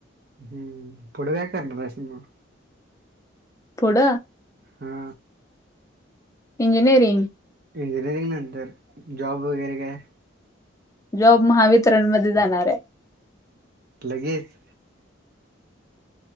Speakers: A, on the right; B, on the left.
A: हम्म पुुड ब कां दशना <unintelligible>
B: पुड.
A: हा.
B: इंजनिरींग.
A: इंजिनिअरिंग नंतर जॉब वगैरे काय.
B: जॉब महावितरणमध्येध्ये जाणार आहे.
A: लगेच.